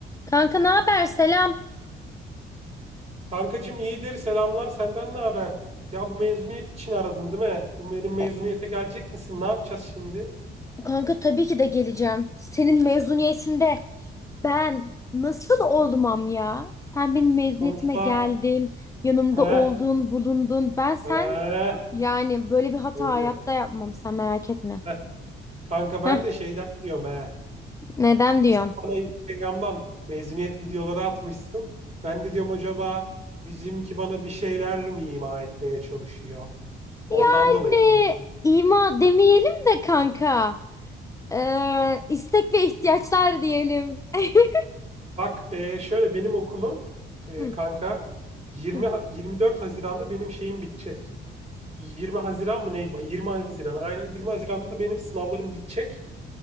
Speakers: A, on the left (about 15°); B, on the right (about 35°).
A: Kanka ne haber? Selam.
B: Kankacım iyidir, selamlar. Senden ne haber? Ya bu mezuniyet için aradın değil mi? Bu benim mezuniyete
A: E,
B: gelecek misin? Ne yapacağız şimdi?
A: Kanka tabii ki de geleceğim. Senin mezuniyetinde ben nasıl olmam ya? Sen benim mezuniyetime
B: Sonuçta
A: geldin, yanımda
B: he
A: oldun, bulundun. Ben sen
B: he
A: yani böyle bir hata
B: şöyle.
A: hayatta yapmam sen merak etme.
B: Heh. Kanka ben
A: Heh,
B: de şeyden diyorum he.
A: neden
B: Gitmişsin
A: diyorsun?
B: bana Instagram'dan mezuniyet videoları atmışsın. Ben de diyorum acaba bizimki bana bir şeyler mi ima etmeye çalışıyor? Ondan
A: Yani
B: dolayı ben de.
A: ima demeyelim de kanka. Ee, istek ve ihtiyaçlar diyelim. <laughs>
B: Bak e, şöyle benim okulum e,
A: Hı,
B: kanka 20
A: hı.
B: Ha- 24 Haziran'da benim şeyim bitecek. 20 Haziran mı neydi? Bak, 20 Haziran aynen 20 Haziran'da benim sınavlarım bitecek.